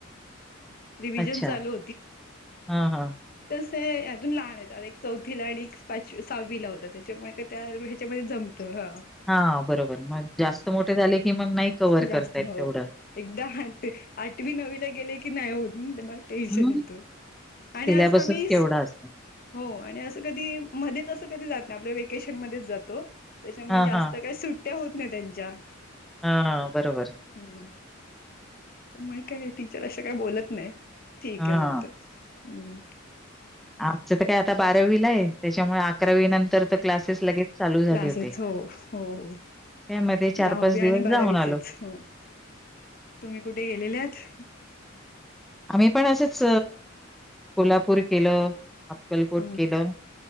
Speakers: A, on the left; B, in the centre.
A: रिव्हजन
B: अच्छा.
A: चालू
B: हां, हां.
A: ते यातून लहान येतात एक चौथीला आणि पाचवी सहावीला होतं त्याच्यामुळे त्या ह्याच्यामध्ये जमतं हा
B: हा बरोबर मग
A: हम्म
B: जास्त मोठे झाले की मग नाही कवर्ह
A: जास्त
B: करतायेत
A: हो
B: तेवढं
A: एकदा आठ आठवी नवीला गेले की नाही होत ते मला टेन्शन
B: हं,
A: येतं
B: सिलेबसच
A: आणि असं आम्ही
B: केवढा असतो.
A: हो आणि असं कधी मध्येच असं कधी जात नाही आपल्या वेकेशन मध्येच जातो त्याच्यामुळे
B: हां,
A: जास्त
B: हां.
A: काही सुट्ट्या होत नाही त्यांच्या
B: हा बरोबर
A: हम्म मग काय टीचर अशा काय बोलत नाही ठीक
B: हां.
A: आहे सगते हम्म
B: आमचं तर काय आता बारावीला आहे त्याच्यामुळे अकरावी नंतर तर क्लासेस लगेच चालू झाले
A: क्लासेस
B: होते.
A: हो हो हो
B: त्यामध्ये
A: दहावी
B: दिवस
A: आणि बारावीचेच
B: जाऊन आलो.
A: हो तुम्ही कुठे गेलेले आत
B: आम्ही पण असंच कोल्हापूर केलं अक्कलकोट
A: हम्म
B: केलं